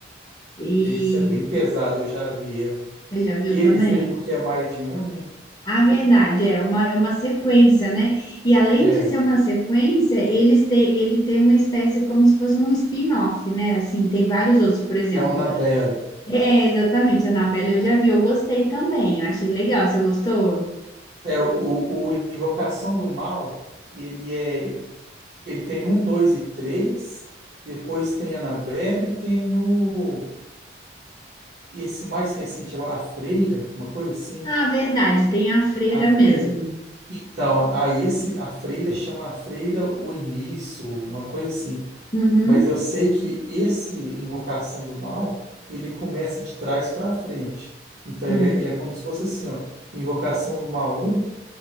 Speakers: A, on the left; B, on the right.
A: E
B: Esse é bem pesado, eu já vi ele.
A: você já viu
B: E eles,
A: também?
B: né? Porque é mais de um, né?
A: A verdade é uma, é uma sequência, né? E além
B: É,
A: de ser uma sequência, eles têm, ele tem uma espécie como se fosse um spin-off, né? Assim, tem vários outros, por exemplo.
B: é o Annabelle.
A: É, é, exatamente, Annabelle eu já vi, eu gostei também, eu achei legal. Você gostou?
B: É, o, o Invocação do Mal, ele é. Ele tem um, dois e três. Depois tem Annabelle e tem o. Esse mais recente, a Freira, uma coisa assim.
A: Ah, verdade, tem a freira
B: A Freira.
A: mesmo.
B: Então, aí esse, a Freira chama a Freira o início, uma coisa assim.
A: Uhum,
B: Mas eu sei que esse Invocação do Mal, ele começa de trás para frente. Então
A: hum,
B: ele é, ele é como se fosse assim, ó, Invocação do Mal um